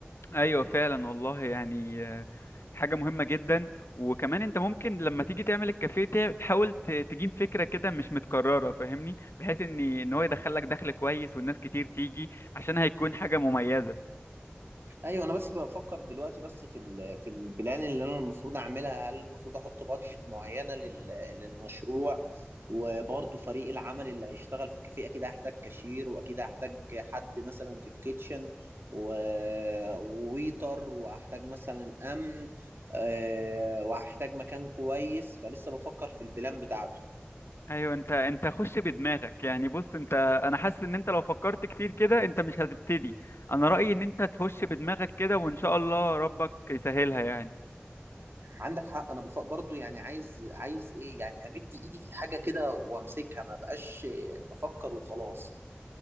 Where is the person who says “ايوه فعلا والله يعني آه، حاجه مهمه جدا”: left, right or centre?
Left